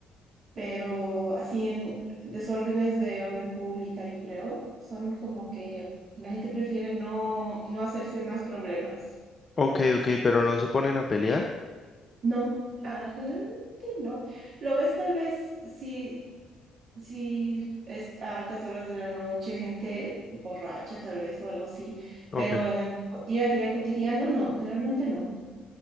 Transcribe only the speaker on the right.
pero así en desórdenes de orden pública, yo creo, son como que la gente prefiere no, no hacerse más problemas
o algo
así.
No, ah, generalmente no. Lo ves tal vez si, si es a altas horas de la noche, gente borracha tal vez o algo así,
pero en el día a día cotidiano no, generalmente no.